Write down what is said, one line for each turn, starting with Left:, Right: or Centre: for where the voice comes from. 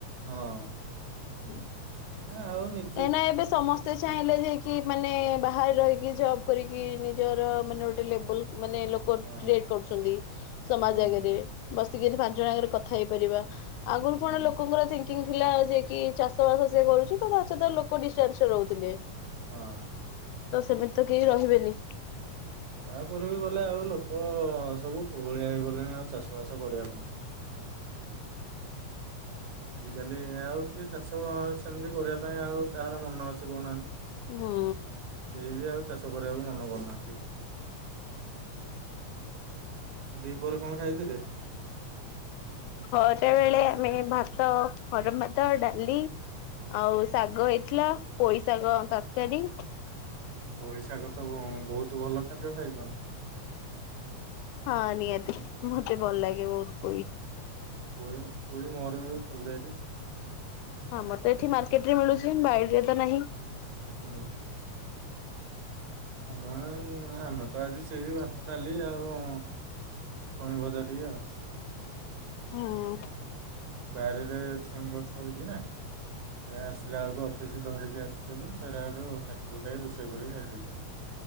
Right: ହଁ।
Left: ହୁଁ।
Right: ହା ହଉନି।
Left: ଏଇନା ଏବେ ସମସ୍ତେ ଚାହିଁଲେ ଯେ କି ମାନେ ବାହାରେ ରହିକି ଜବ୍ କରିକି ନିଜର ମାନେ ଗୋଟେ ଲେବୁଲ ମାନେ ଲୋ କ
Right: ହଁ
Left: କ୍ରିଏଟ କରୁଛନ୍ତି ସମାଜ
Right: ହଁ
Left: ଆଗରେ ବସିକି କେମତି ପାଞ୍ଚ ଜଣ ଆଗରେ କଥା ହେଇପାରିବା। ଆଗରୁ
Right: ହୁଁ।
Left: କଣ ଲୋକଙ୍କର ଥିଙ୍କିଙ୍ଗ ଥିଲା ଯେଏ କି ଚାଷ ବାସ ସେଏ କରୁଛି ତ ସେତେବେଳେ ଲୋକ ଡିଷ୍ଟାନ୍ସରେ ରହୁଥିଲେ।
Right: ହଁ।
Left: ତ ସେମିତି ତ କେହି ରହିବେନି।
Right: ତାପରେ ବି ଗଲେ ଆଉ ଲୋକ ସବୁ କୋହଳିଆ ହେଇଗଲେଣି ଆଉ ଚାଷ ବାସ କରିବା ପାଇଁ। ଆଜିକାଲି ଆଉ କିଏ ଚାଷ କଣ ସେମିତି କରିବା ପାଇଁ ଆଉ କାହାର ମନ ଅଛି କହୁନାହାନ୍ତି କେହି
Left: ହୁଁ।
Right: ବି ଆଉ ଚାଷ କରିବାକୁ ମନ କରୁନାହାନ୍ତି। ଆଉ ଦି ପହରେ କଣ ଖାଇଥିଲେ?
Left: ଖରା ବେଳେ ଆମେ ଭାତ, ଗରମ ଭାତ, ଡାଲି ଆଉ ଶାଗ ହେଇଥିଲା ପୋଇ ଶାଗ, ତରକାରୀ
Right: ପଇଶାଗ ତ ବ ବହୁତ ଭଲ ଖାଦ୍ୟ ଖାଇଛ।
Left: ହଁ ନିହାତି ମତେ ଭଲ ଲାଗେ ବହୁତ ପୋଇ।
Right: ପୋଇ ପୋଇ ମୋର ବି ଫେଭରାଇଟ।
Left: ହଁ ମୋର ତ ଏଠି ମାର୍କେଟ ରେ ମିଳୁଛି ବାଇଡେ ରେ ତ ନାହିଁ।
Right: ହୁଁ। ଆମ ଆମେ ତ ଆଜି ସେଇ ଭାତ ଡାଲି ଆଉ ଛୁଇଁ ଭଜା ଟିକେ ଆଉ।
Left: ହଁ।
Right: ବାରିରେ ଛୁଇଁ ଗଛ ହେଇଛି ନା। ସେ ଆସିଲା ବେଳକୁ ଅଫିସ ଧରିକି ଆସିଥିଲି ସେଇଟା ଆକୁ କଟିକୁଟାକି ରୋଷେଇ କରିକି ଖାଇଦେଲି।